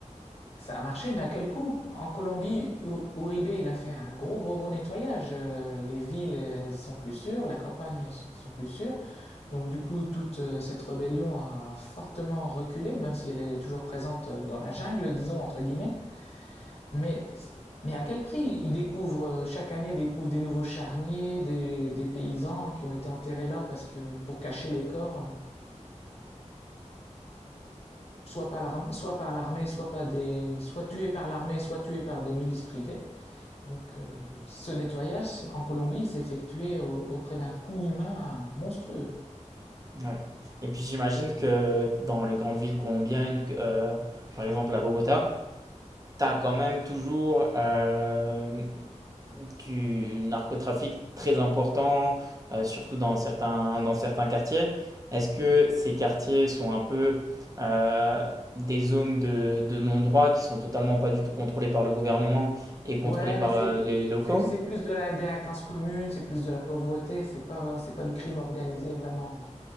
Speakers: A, on the left; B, on the right.
A: Ça a marché, mais à quel coût? En Colombie, Uribe, il a fait un gros, gros, gros nettoyage. Euh, Les villes sont plus sûres, la campagne sont plus sûres. Donc du coup, toute euh, cette rébellion a fortement reculé, même si elle est toujours présente euh, dans la jungle, disons, entre guillemets. Mais, mais à quel prix? Ils découvrent, euh, chaque année, découvrent des nouveaux charniers, des, des paysans qui ont été enterrés là parce que, pour cacher les corps, euh, soit par l'armée, soit par l'armée, soit pas des, soit tués par l'armée, soit tués par des milices privées. Donc, euh, ce nettoyage en Colombie s'est effectué au- auprès d'un coût humain monstrueux.
B: Ouais. Et puis j'imagine que dans les grandes villes colombiennes, euh, par exemple à Bogota, T'as quand même toujours euh, du narcotrafic très important, euh, surtout dans certains, dans certains quartiers. Est-ce que ces quartiers sont un peu euh, des zones de, de non-droit qui sont totalement pas du tout contrôlées par le gouvernement et contrôlées
A: Ouais,
B: par
A: mais c'est
B: euh, les locaux?
A: c'est c'est plus de la délinquance commune, c'est plus de la pauvreté, c'est pas c'est pas du crime organisé vraiment. hein.